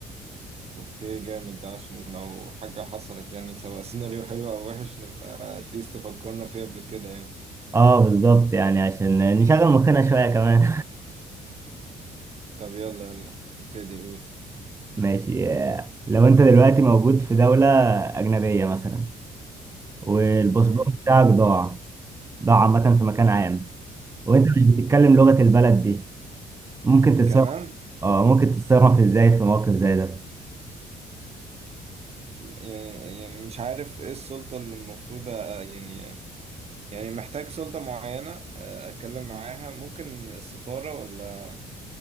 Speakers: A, on the right (about 45°); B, on the right (about 20°).
A: اوكي جامد ده عشان لو حاجة حصلت يعني سواء سيناريو حلو او وحش نبقى اتليست فكرنا فيها قبل كده يعني
B: اه بالظبط يعني عشان نشغل مخنا شوية كمان
A: طب يلا يلا ابتدي قول
B: <laughs> ماشي آه، لو انت دلوقتي موجود في دولة أجنبية مثلا والباسبور
A: مم.
B: بتاعك ضاع ده عامة في مكان عام وانت
A: اوف
B: مش بتتكلم لغة البلد دي ممكن تتصرف
A: كمان
B: اه ممكن تتصرف ازاي في موقف زي ده
A: يعني يعني مش عارف ايه السلطة اللي المفروض أ- يعني يعني محتاج سلطة معينة أ، اتكلم معاها ممكن السفارة ولا